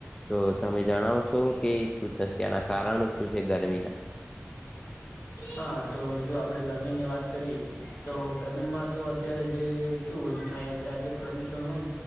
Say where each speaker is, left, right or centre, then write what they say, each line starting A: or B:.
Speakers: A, on the left; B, on the left.
A: તો તમે જણાવશો કે, શું થશે એના કારણો સુ સે ગરમીના
B: હા, તો જો આપણે ગરમીની વાત કરીએ. તો ગરમીમાં તો અત્યારે જે કેઉ વધુ થાય આ છે, આ જે પ્રદૂષણ હોય ન